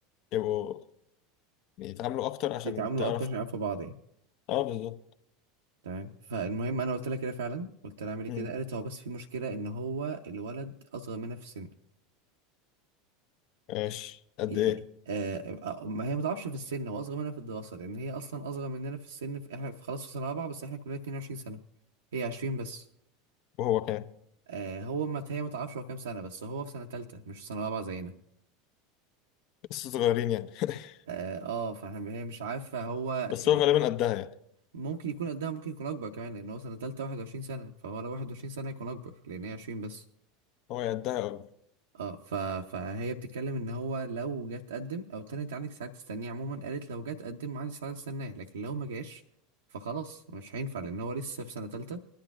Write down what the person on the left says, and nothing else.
يبقوا يتعاملوا اكتر عشان
تعرف
اه بالظبط
مم.
ماشي قد
ايه
وهو كان
لسه صغيرين يعني <laughs>
بس
هو غالبا قدها يعني
هو يا قدها أو-